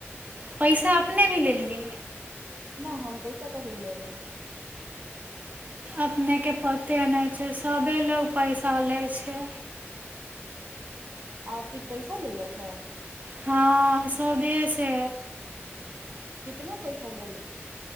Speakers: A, on the right (about 35°); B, on the right (about 55°).
A: पैसा अपने भी लेलियै।
B: न हम पैसा कथी लेबै।
A: अपनेके पते नहि छै सभे लोक पैसा लै छै।
B: आपके पैसा लेलक हे।
A: हँ सबे से।
B: कितना पैसा लेल।